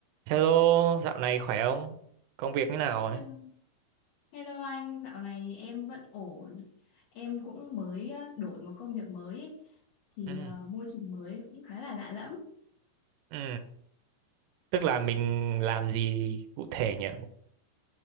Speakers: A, on the right (about 85°); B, on the left (about 65°).
A: Hello, dạo này khỏe không? Công việc như nào ấy?
B: Hello Hello anh, dạo này em vẫn ổn. Em cũng mới ờ, đổi một công việc mới ý. Thì
A: Ừ,
B: ờ, môi trường mới cũng khá là lạ lẫm.
A: ừ. Tức là mình làm gì cụ thể nhỉ?